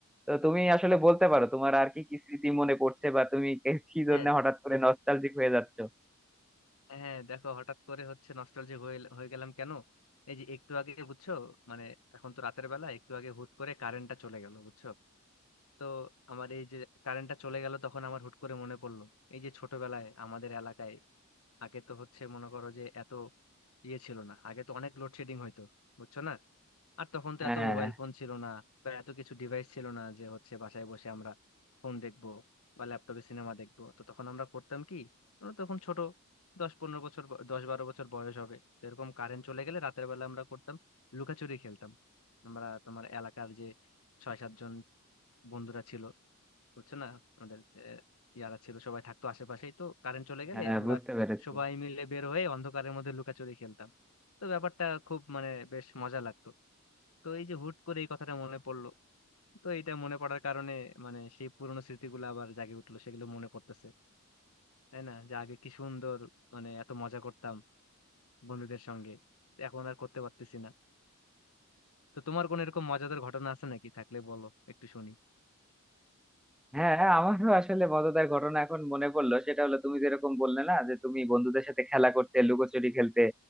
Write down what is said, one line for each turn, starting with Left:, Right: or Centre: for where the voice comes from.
Centre: তো তুমি আসলে বলতে পারো তোমার আর কি কি স্মৃতি মনে পড়ছে বা তুমি কে- কি
Left: হ্যাঁ
Centre: জন্য হঠাৎ করে
Left: হ্যাঁ
Centre: নস্টালজিক হয়ে যাচ্ছো
Left: হ্যাঁ, দেখো হঠাৎ করে হচ্ছে নস্টালজিক হয়ে হয়ে গেলাম কেন এই যে একটু আগে বুঝছো মানে এখন তো রাতের বেলা একটু আগে হুট করে কারেন্টটা চলে গেল বুঝছো তো আমার এই যে কারেন্টটা চলে গেল তখন আমার হুট করে মনে পড়লো এই যে ছোটবেলায় আমাদের এলাকায় আগে তো হচ্ছে মনে করো যে এত ইয়ে ছিল না আগে তো অনেক লোডশেডিং হইতো বুঝছো না আর তখন তো
Centre: হ্যাঁ
Left: এত মোবাইল ফোন ছিল না বা এত কিছু ডিভাইস ছিল না যে হচ্ছে বাসায় বসে আমরা ফোন দেখবো বা ল্যাপটপে সিনেমা দেখবো তো তখন আমরা করতাম কি আমরা তখন ছোট দশ পনেরো বছর ব- দশ বারো বছর বয়স হবে তো এরকম কারেন্ট চলে গেলে রাতের বেলা আমরা করতাম লুকাচুরি খেলতাম আমরা তোমার এলাকার যে ছয় সাতজন বন্ধুরা ছিল বুঝছো না আমাদের আহ, ইয়ারা ছিল সবাই থাকতো আশেপাশেই তো কারেন্ট চলে গেলে
Centre: হ্যাঁ
Left: আমরা
Centre: বুঝতে পেরেছি
Left: সবাই মিলে বের হয়ে অন্ধকারের মধ্যে লুকাচুরি খেলতাম তো ব্যাপারটা খুব মানে বেশ মজা লাগতো তো এই যে হুট করে এই কথাটা মনে পড়লো তো এটা মনে পড়ার কারণে মানে সেই পুরোনো স্মৃতিগুলো আবার জাগে উঠলো সেগুলো মনে পড়তেছে তাই না যে আগে কি সুন্দর মানে এত মজা করতাম বন্ধুদের সঙ্গে তো এখন আর করতে পারতেছি না তো তোমার কোন এরকম মজাদার ঘটনা আছে নাকি থাকলে বলো একটু শুনি
Centre: হ্যাঁ হ্যাঁ, আমারও আসলে মজাদার ঘটনা এখন মনে পড়লো সেটা হলো তুমি যেরকম বললে না যে তুমি বন্ধুদের সাথে খেলা করতে লুকোচুরি খেলতে